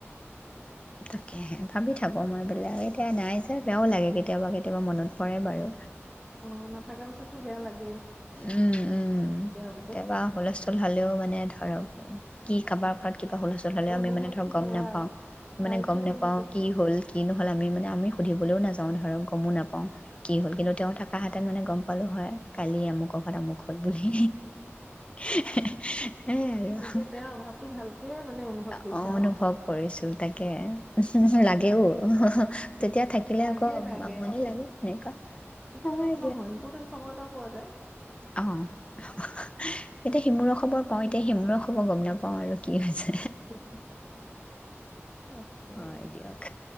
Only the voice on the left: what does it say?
তাকে ভাবি থাকোঁ মই বোলে এতিয়া নাই যে বেয়াও লাগে কেতিয়াবা কেতিয়াবা মনত পৰে বাৰু
উম উম
কেতিয়াবা হুলস্থুল হলেও মানে ধ ধৰক কি কাৰোবাৰ ঘৰত কিবা হুলচুল হ'লেও
আমি মানে ধৰক গম
নাপাও
মানে
গম নাপাও
কি হ'ল কি নহ'ল আমি মানে আমি সুধিবলৈও নাযাওঁ ধৰক গমো নাপাওঁ কি হ'ল কিন্তু তেওঁ থকা হাত তেন মানে গম পালোঁ হয় কালি আমুক ঘৰত আমুক হল বুলি সেই আৰু
অ
অনুভৱ কৰিছো তাকে উ লাগেও তেতিয়া থাকিলে
আকৌ
আমনি লাগে এনেকুৱা
হয়
অ এতিয়া সিমূৰৰ খবৰ পাও এতিয়া সিমূৰ খবৰ গম নাপাও আৰু কি হৈছে
হয় দিয়ক